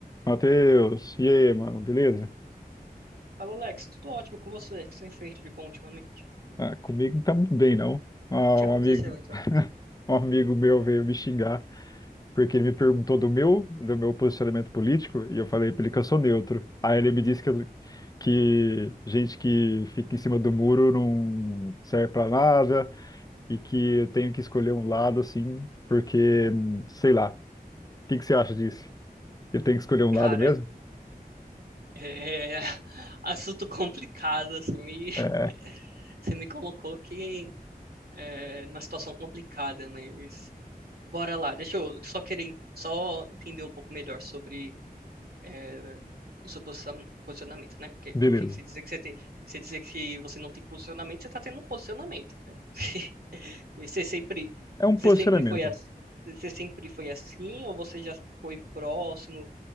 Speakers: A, on the left (about 25°); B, on the right (about 75°).
A: Matheus, e aí, mano, beleza?
B: Fala, Alex, tudo ótimo com você? O que você tem feito de bom ultimamente?
A: Ah, comigo não tá muito bem, não.
B: O
A: Ah,
B: que
A: um
B: aconteceu,
A: amigo,
B: então?
A: <laughs> um amigo meu veio me xingar porque ele me perguntou do meu, do meu posicionamento político e eu falei pra ele que eu sou neutro. Aí ele me disse que, eu- que gente que fica em cima do muro não serve pra nada e que eu tenho que escolher um lado, assim, porque, hum, sei lá. O que que você acha disso? Eu tenho que escolher um
B: Cara,
A: lado mesmo?
B: é... <laughs> Assunto complicado, você me...
A: É,
B: <laughs> Você me colocou aqui é... numa situação complicada, mas... Bora lá, deixa eu só querer... Só entender um pouco melhor sobre é, o seu posiciona- posicionamento, né? Porque,
A: beleza.
B: enfim, se dizer que você tem, se dizer que você não tem posicionamento, você tá tendo um posicionamento, né? <laughs> E você sempre,
A: É um
B: você
A: posicionamento
B: sempre foi assim, você sempre foi assim, ou você já foi próximo